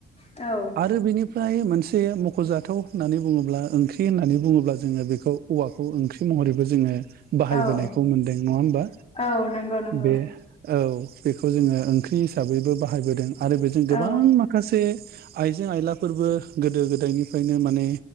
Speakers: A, on the left; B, on the right.
A: औ
B: आरो बिनिफ्राय मोन से मख'जाथाव होननानै बुङोब्ला ओंख्रि होननानै बुङोब्ला जोङो बेखौ औवाखौ ओंख्रि महरैबो जोङो बाहायबोनायखौ
A: औ
B: मोनदों नङा होमबा
A: औ नंगौ नंगौ
B: बे औ। बेखौ जोङो ओंख्रि हिसाबैबो बाहायबोदों आरो बेजों
A: औ
B: गोबां माखासे आइजें आइलाफोरबो गोदो गोदायनिफ्रायनो माने